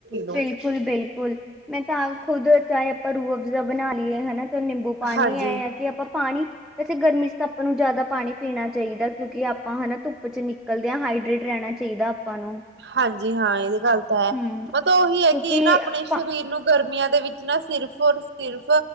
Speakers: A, on the right; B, in the centre.
A: ਲੋ
B: ਬਿਲਕੁਲ, ਬਿਲਕੁਲ ਮੈਂ ਤਾਂ ਆਪ ਖੁਦ ਚਾਏ ਆਪਾਂ ਰੂਹ ਅਫਜ਼ਾ ਬਨਾ ਲਈਏ ਹਨਾ। ਨਿੰਬੂ ਪਾਨੀ
A: ਹਾਂਜੀ
B: ਹੈ ‌, ਆ ਕਿ ਆਪਾਂ ਪਾਨੀ ਵੇਸੇ ਗਰਮੀ ਚ ਤਾਂ ਆਪਾਂ ਨੂੰ ਜ਼ਿਆਦਾ ਪਾਣੀ ਪੀਣਾ ਚਾਹੀਦਾ। ਕਿਉਂਕਿ, ਆਪਾਂ ਹਨਾ ਧੁੱਪ ਚ ਨਿਕਲਦੇ ਆ ਹਾਈਡਰੇਟ ਰਹਿਣਾ ਚਾਹੀਦਾ। ਆਪਾਂ ਨੂੰ
A: ਹਾਂਜੀ ਹਾਂ ਇਹਦੀ ਗੱਲ ਤਾਂ ਹੈ
B: ਹਮ
A: ਪਤਾ ਓ ਉਹੀ
B: ਕਿਉਂਕਿ
A: ਹੈ ਕਿ, ਨਾ ਆਪਣੇ ਸਰੀਰ
B: ਪਾ
A: ਨੂੰ ਗਰਮੀਆਂ ਦੇ ਵਿੱਚ ਨਾ ਸਿਰਫ ਔਰ ਸਿਰਫ